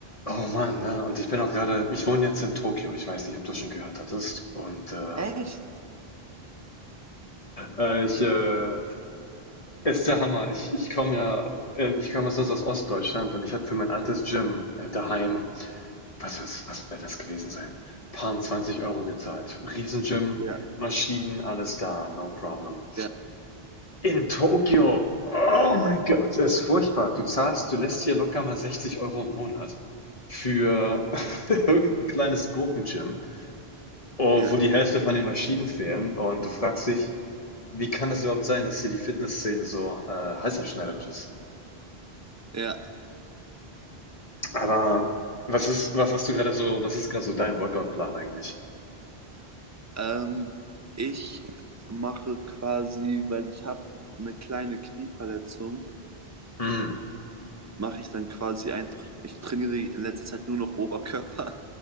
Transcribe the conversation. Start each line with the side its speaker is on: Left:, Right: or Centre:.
Left: Oh Mann, ne? Und ich bin auch gerade, ich wohne jetzt in Tokio. Ich weiß nicht, ob du schon gehört hattest. Und ähm,
Right: Echt?
Left: äh, ich äh, ist der Hammer. Ich, ich komme ja, äh, ich komme sonst aus Ostdeutschland und ich habe für mein altes Gym äh, daheim, was was was wäre das gewesen sein? Paar 20 Euro gezahlt. Riesengym,
Right: Ja,
Left: Maschinen, alles da, no problem.
Right: ja,
Left: In Tokio, oh mein Gott, ist furchtbar. Du zahlst, du lässt hier locker mal 60 Euro im Monat für <laughs> irgendein kleines Gurkengym. oh,
Right: ja,
Left: wo die Hälfte von den Maschinen fehlen. Und du fragst dich, wie kann es überhaupt sein, dass hier die Fitnessszene so äh, halsabschneiderisch ist?
Right: ja.
Left: Aber was ist, was hast du gerade so, was ist gerade so dein Workout-Plan eigentlich?
Right: Ähm, ich mache quasi, weil ich habe eine kleine Knieverletzung,
Left: Hm.
Right: mache ich dann quasi einfach, ich trainiere in letzter Zeit nur noch Oberkörper